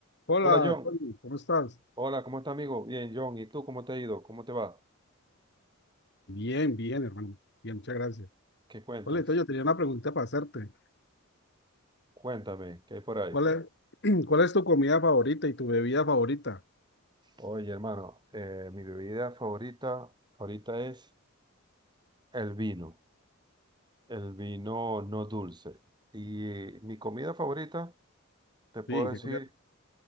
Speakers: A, on the left; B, on the right.
A: Hola,
B: Hola John,
A: Poli, ¿cómo estás?
B: hola, ¿cómo estás amigo? Bien, John, ¿y tú cómo te ha ido? ¿Cómo te va?
A: Bien, bien, hermano. Bien, muchas gracias.
B: ¿Qué cuentas?
A: Poli, entonces yo tenía una pregunta para hacerte.
B: Cuéntame, ¿qué hay por ahí?
A: ¿Cuál es, <clears throat> cuál es tu comida favorita y tu bebida favorita?
B: Oye, hermano, eh, mi bebida favorita ahorita es el vino, el vino no dulce. Y mi comida favorita, te puedo
A: Sí, ¿qué
B: decir
A: comida?